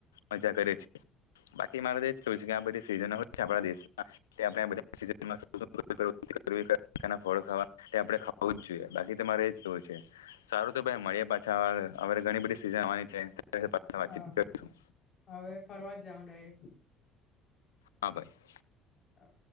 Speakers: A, on the left; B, on the left.
A: મજા કરે છે બાકી મારે તો એજ કેવું છે કે આ બધી સિઝનોય છે આપણા દેશમાં આપડે બધા સીઝન માં સુંદર <unintelligible> ફળો ખાવા કે આપડે ખાવું જ જોઈએ બાકી તો મારે એ જ કેવું છે. સારું તો ભ મળી પાછા હ ઘણી બધી સિઝન આવાની છે પછી પાછા વાતચીતું
B: હા
A: કરીશું
B: હવે ફરવા જાહું ડાયરેક્ટ
A: હા ભાઈ.
B: હા.